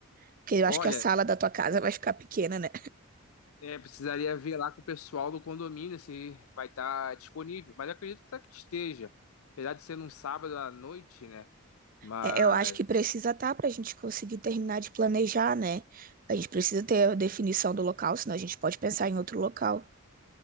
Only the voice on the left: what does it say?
Olha,
é, é, precisaria ver lá com o pessoal do condomínio se vai estar disponível. Mas eu acredito até que esteja. Apesar de ser num sábado à noite, né? Mas.